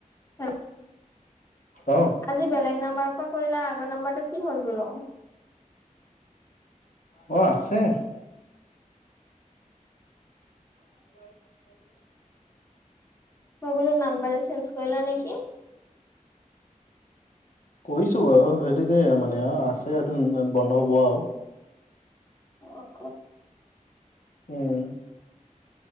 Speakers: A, on the left; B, on the left.
A: হেল্ল
B: অ।
A: আজি বেলেগ নাম্বাৰৰ পৰা কৰিলা আগৰ নম্বৰটো কি হ'ল বোলো?
B: অ আছে। <unintelligible>
A: মই বোলো নাম্বাৰ চেঞ্জ কৰিলা নেকি?
B: কৰিছো বাৰু সেইটোকে মানে আছে সেইটো বন্ধ হব আও।
A: অ অ।
B: উম।